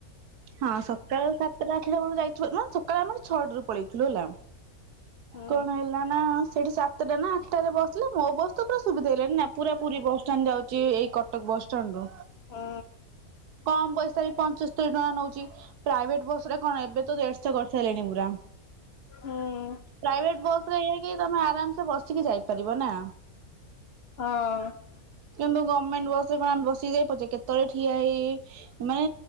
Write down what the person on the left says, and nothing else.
ହୁଁ
ହୁଁ
ହୁଁ
ହଁ।